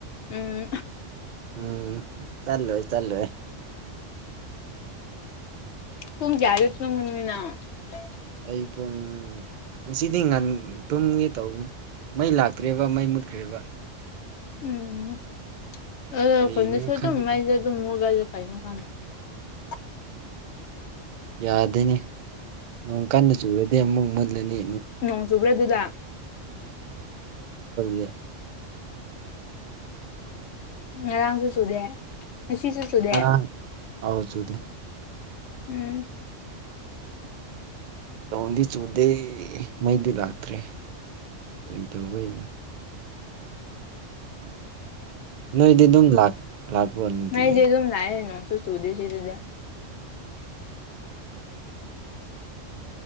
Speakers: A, on the left; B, on the right.
A: ꯎꯝ
B: ꯎꯝ ꯆꯠꯂꯣꯏ ꯆꯠꯂꯣꯏ
A: <unintelligible>
B: ꯑꯩ ꯄꯨꯡ ꯉꯁꯤꯗꯤ ꯉꯟ ꯇꯨꯝꯒꯦ ꯇꯧꯕꯅꯦ ꯃꯩ ꯂꯥꯛꯇ꯭꯭ꯔꯦꯕ ꯃꯩ ꯃꯨꯠꯈ꯭ꯔꯦꯕ
A: <unintelligible>
B: ꯀꯔꯤꯒꯤꯅꯣ
A: <unintelligible>
B: ꯈꯪꯗ꯭ꯔꯦ <inaudible> ꯌꯥꯗꯦꯅꯦ ꯅꯣꯡ ꯀꯟꯅ ꯆꯨꯔꯗꯤ ꯑꯃꯨꯛ ꯃꯨꯠꯂꯅꯤ
A: ꯅꯣꯡ ꯆꯨꯕ꯭ꯔꯥ ꯑꯗꯨꯗ
B: <unintelligible>
A: ꯉꯔꯥꯡꯁꯨ ꯆꯨꯗꯦ ꯉꯁꯤꯁꯨ ꯆꯨꯗꯦ
B: ꯉꯔꯥꯡ ꯑꯧ ꯆꯨꯨꯗꯦ
A: ꯎꯝ
B: ꯅꯣꯡꯗꯤ ꯆꯨꯗꯦ ꯃꯩꯗꯤ ꯂꯥꯛꯇ꯭ꯔꯦ ꯀꯔꯤ ꯇꯧꯕꯩꯔ ꯅꯣꯏꯗꯤ ꯑꯗꯨꯝ ꯂꯥꯛ ꯂꯥꯛꯄ꯭ꯔꯣ ꯅꯨꯡꯇꯤꯒꯤ
A: ꯃꯩꯗꯤ ꯗꯨꯝ ꯂꯥꯛꯑꯦ ꯅꯣꯡꯁꯨ ꯆꯨꯗꯦ ꯁꯤꯗꯗꯤ